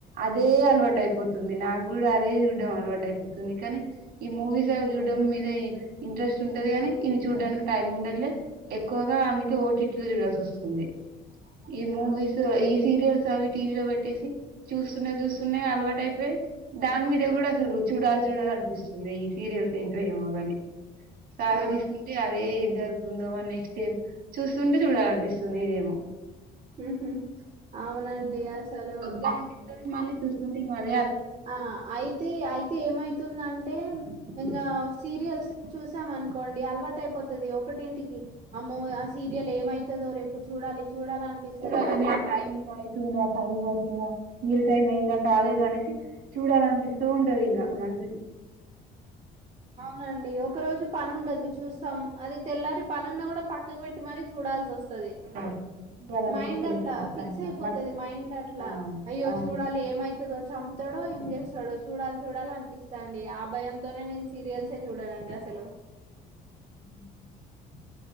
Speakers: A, on the right; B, on the right.
A: అదే అలవాటు అయిపోతుంది నాకు కూడా అదే చూడ్డం అలవాటు అయిపోతుంది కానీ ఈ మూవీ అవి చూడటం మీద ఇంట్రెస్ట్ ఉంటది గాని ఇవి చూడడానికి టైం ఉండట్లే ఎక్కువగా అందుకే ఓటీటీలో చూడల్ స్తుంది ఈ మూవీస్ ఈ సీరియల్స్ అవి టీవీ లో ట్టేసి చూస్తున చూస్తున్నాయి అలవాటు అయిపోయి దాని మీద కూడా అసలు చూడాలి చూడాల అనిపిస్తుంది ఈ సీరియల్స్ ఏంటో ఏమో కాని సాగా
B: ఆ
A: తీసుకుంటే అదే జరుగుతుందో మ నెక్స్ట్ టైమ్ చూస్తుంటే చూడాల అనిపిస్తుంది ఇదేమో
B: ఉహామ్ అవునండి అసలు
A: వొద్దు అనిపిస్తది మళ్ళీ చూస్తుంటే మళ్ళీ
B: ఆ అయితే అయితే ఏమైతుందం అంటే ఇంకా సీరియల్స్ చూసాం అనుకోండి అలవాటు అయిపోతుది ఒకటింటికి అమ్మో ఆ సీరియల్ ఏమైతదో రేపు చూడాలి చూడాలి అనిపిస్తది
A: చూడాలని టైమ్ అవుతుందా టైమ్ అవుతుందా సీరియల్ టైమ్ అయిందా కాలేదా అనేసి చూడాలనిపిస్తుంటాదిక మనసుకి ఇంకా
B: అవునండి ఒక రోజు పని ఉండదు చూస్తాం అది తెల్లారి పని ఉన్న కూడా పక్కకు పెట్టి మరీ చూడాల్సి వస్త స్తాది
A: చేయాలనిపిస్తది
B: మైండ్ అట్లా
A: కదా
B: ఫిక్స్
A: ఇంగా
B: అయిపోతుది మైండ్ అట్లా
A: ఆ
B: అయ్యో
A: అవును
B: చూడాలి ఏమవుతుందో చంపుతాడో ఏం చేస్తాడో చూడాలి చూడాలి అనిపిస్తాండి ఆ భయంతోనే నేను సీరియల్సే చూడనండి అసలు
A: <inaudible>